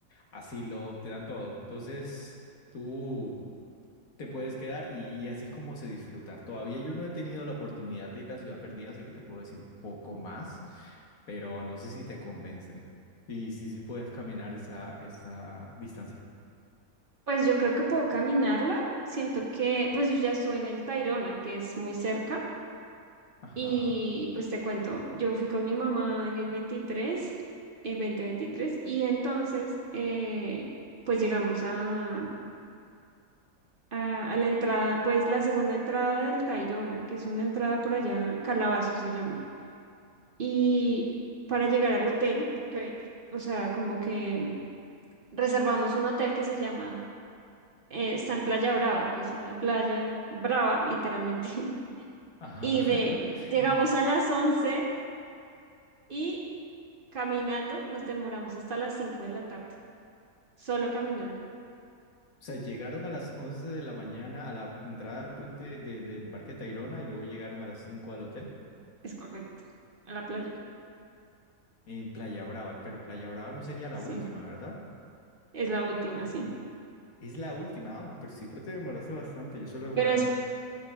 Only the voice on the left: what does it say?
asilo, te dan todo. Entonces, tú te puedes quedar y, y así es como se disfruta. Todavía yo no he tenido la oportunidad de ir a Ciudad Perdida, así que te puedo decir poco más, pero no sé si te convence. Y sí, sí puedes caminar esa, esa distancia.
Ajá,
ajá.
<laughs>
O sea, llegaron a las 11 de la mañana a la entrada del puente de- del Parque Tayrona y luego llegaron a las 5 al hotel
en Playa Brava, pero Playa Brava no sería la
última, ¿verdad?
Porque
es la última, ah, pero siempre te demoraste bastante, yo suelo demorarme.